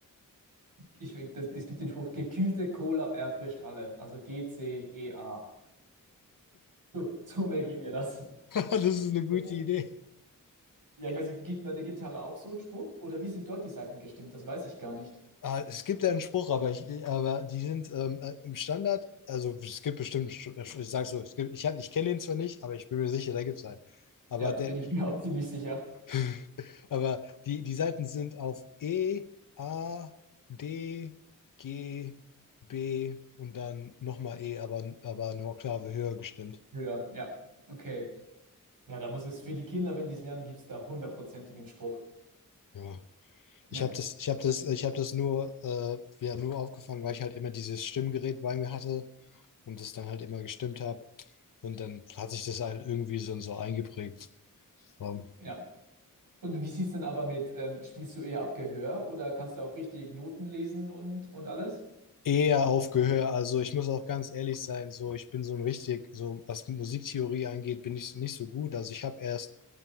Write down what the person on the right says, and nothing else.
ich, das, es gibt den Spruch, gekühlte Cola erfrischt alle. Also G-C-E-A. So, so merke ich mir das.
das sieht-
ja, ich weiß nicht, gibt bei der Gitarre auch so einen Spruch? Oder wie sind dort die Saiten gestimmt? Das weiß ich gar nicht.
Ja,
bin ich mir auch ziemlich sicher.
Ja, ja. Okay. Ja, da muss es für die Kinder, wenn die es lernen, gibt es da hundertprozentigen Spruch.
Ja.
Ja. Und wie sieht es denn aber mit, ähm, spielst du eher ab Gehör oder kannst du auch richtig Noten lesen und, und alles?